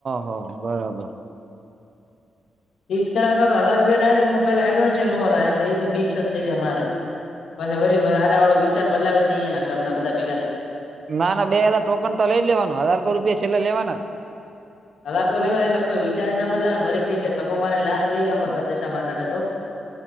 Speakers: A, on the right (about 50°); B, on the left (about 75°).
A: હ બરાબર.
B: ફિક્સ કરાવતા હતા હજાર રૂપિયા ડાયરેક્ટ પેલા એડન્સ એ એટલે એ તો ફિક્સ જ થઈ જાય મારે પછ વરી આડા અવળો વિચાર બદલાવે જ નહીના કરના બધા ભેગા થાય
A: ના ના બે હજાર ટોકન તો લઈ લેવાનું હજાર તો રૂપિયા છેલ્લા લેવાના જ
B: અધાર તો લેવાય એટલે કોઈ વિચ ના બદલા નેરી કે થકો મારેને લાર એને લઈ દેવા ભગત દશા માતા ને તો